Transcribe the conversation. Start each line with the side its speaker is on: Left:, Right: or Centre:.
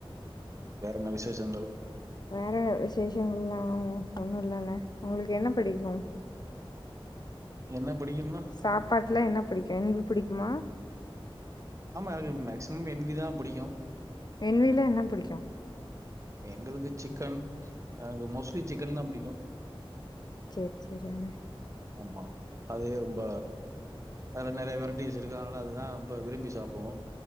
Right: வேற என்ன விசேஷங்கள்
Left: வேற என்ன விசேஷங்கள்லா ஒண்ணு இல்லண்ணே ஒங்களுக்கு என்ன பிடிக்கு
Right: என்ன பிடிக்கும்னா
Left: சாப்பாட்ல என்ன புடிக்கு என்வி புடிக்குமா
Right: ஆமா எனக்கு மேக்சிமம் என்விதா புடிக்கு
Left: என்வில என்ன புடிக்கு
Right: எங்களுது சிக்கன் எனக்கு மோஸ்ட்லி சிக்கன் தா புடிக்கு
Left: சேர் சேரியண்ணே
Right: ஆமா அதே ரொம்ப அதுல நெறைய வெரைட்டிஸ் இருக்கு அதுனால அதுதா ரொம்ப விரும்பி சாப்டுவோ